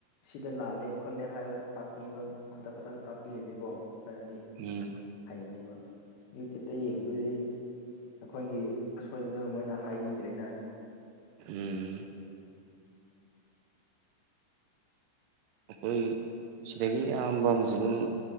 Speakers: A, on the left; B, on the right.
A: ꯁꯤꯗ ꯂꯥꯜꯂꯦ ꯈꯣꯠꯂꯦ ꯍꯥꯏꯕ ꯇꯥꯛꯄꯤꯕ ꯈꯨꯗꯛ ꯈꯨꯗꯛꯇ ꯇꯥꯛꯄꯤꯔꯗꯤꯀꯣ ꯈꯥꯔꯗꯤ
B: ꯎꯝ
A: ꯍꯩꯅꯤꯕ ꯌꯨꯇ꯭ꯌꯨꯞꯇ ꯌꯦꯡꯕꯗꯤ ꯑꯈꯣꯏꯒꯤ ꯑꯁꯣꯏꯕꯗꯣ ꯃꯣꯏꯅ ꯍꯥꯏꯕꯤꯗ꯭ꯔꯦꯅꯥ
B: ꯎꯝ ꯑꯈꯣꯏ ꯁꯤ ꯁꯤꯗꯒꯤ ꯏꯌꯥꯝꯕ ꯑꯃꯖꯨ ꯑꯗꯨꯝ